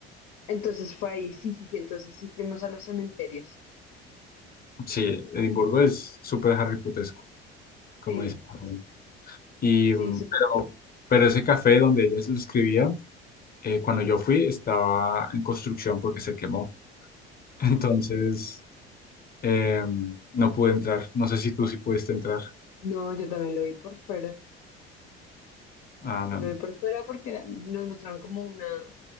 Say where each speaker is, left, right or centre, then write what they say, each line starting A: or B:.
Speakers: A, on the left; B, on the left.
A: Entonces fue ahí, sí, sí, sí, entonces sí fuimos a los cementerios.
B: Sí, Edimburgo es súper Harry Potesco, como
A: Sí,
B: dice. por ahí. Y,
A: sí,
B: mm,
A: súper lindo.
B: pero, pero ese café donde ella se lo escribía, eh, cuando yo fui, estaba en construcción porque se quemó.
A: <gasps>
B: <laughs>
A: ¡Ah!
B: Entonces, eh, no pude entrar. No sé si tú sí pudiste entrar.
A: No, yo también lo vi por fuera.
B: Ah,
A: Yo
B: no.
A: lo vi por fuera porque era- nos mostraron como una,